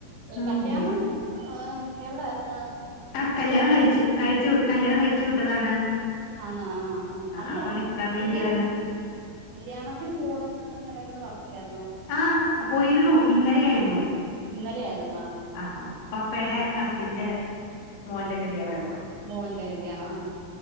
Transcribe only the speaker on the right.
കല്യാണം ആഹ് എവിടായിരുന്നു
അടുത്തായിരുന്നോ
ആന്നോ ആ അല്ലാ
അല്ല
<unintelligible> പോവുന്ന് എന്ന് എടക്കൊന്ന് പറഞ്ഞില്ലായിരുന്നോ
ആ ഇന്നലെയ ആയിരുന്നോ
മോന്റെ കല്യാണം